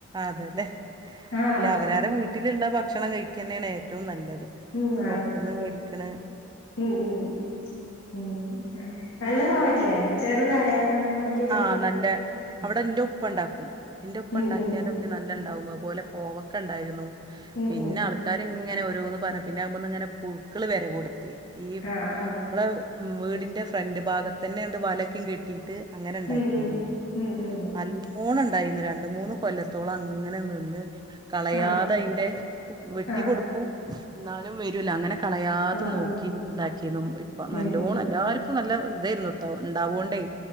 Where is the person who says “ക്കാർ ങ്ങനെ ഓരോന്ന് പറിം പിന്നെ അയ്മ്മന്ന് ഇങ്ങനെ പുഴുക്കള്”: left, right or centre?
Right